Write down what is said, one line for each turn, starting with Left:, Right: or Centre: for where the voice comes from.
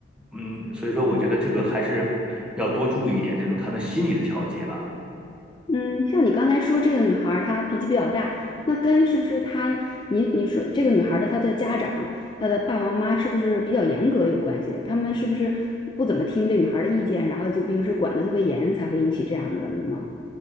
Centre: 嗯，所以说我觉得这个还是要多注意一点这种他们心理的调节吧。
Left: 嗯，像你刚才说这个女孩儿她脾气比较大，那跟是不是她你你说这个女孩儿的她的家长她的爸爸妈妈是不是比较严格有关系？他们是不是不怎么听这女孩儿的意见，然后就平时管得特别严，才会引起这样的呢？